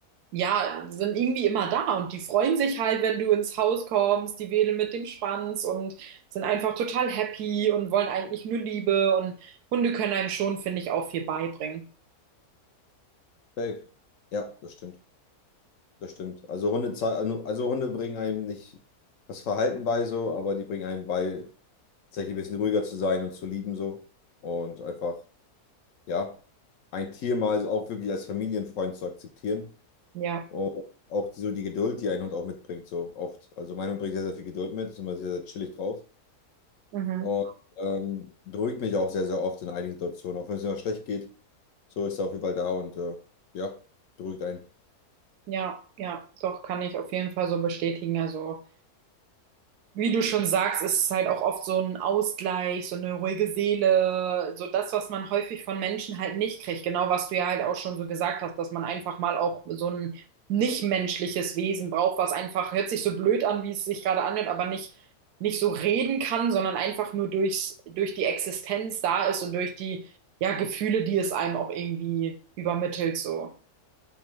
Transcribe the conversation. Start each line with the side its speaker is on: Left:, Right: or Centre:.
Right: ja, sind irgendwie immer da und die freuen sich halt, wenn du ins Haus kommst, die wedeln mit dem Schwanz und sind einfach total happy und wollen eigentlich nur Liebe und Hunde können einem schon, finde ich, auch viel beibringen.
Left: Safe. Ja, das stimmt. Das stimmt. Also Hunde, zei- also Hunde bringen einem nicht das Verhalten bei so, aber die bringen einem bei, tatsächlich ein bisschen ruhiger zu sein und zu lieben so. Und einfach, ja, ein Tier mal so auch wirklich als Familienfreund zu akzeptieren.
Right: Ja,
Left: Und auch so die Geduld, die ein Hund auch mitbringt, so oft. Also mein Hund bringt sehr, sehr viel Geduld mit, ist immer sehr, sehr chillig drauf.
Right: mhm.
Left: Und ähm, beruhigt mich auch sehr, sehr oft in einigen Situationen. Auch wenn es immer schlecht geht, so ist er auf jeden Fall da und äh, ja, beruhigt einen.
Right: Ja, ja, doch, kann ich auf jeden Fall so bestätigen. Also. Wie du schon sagst, ist es halt auch oft so ein Ausgleich, so eine ruhige Seele, so das, was man häufig von Menschen halt nicht kriegt. Genau, was du ja halt auch schon so gesagt hast, dass man einfach mal auch so ein nichtmenschliches Wesen braucht, was einfach, hört sich so blöd an, wie es sich gerade anhört, aber nicht, nicht so reden kann, sondern einfach nur durchs, durch die Existenz da ist und durch die, ja, Gefühle, die es einem auch irgendwie übermittelt, so.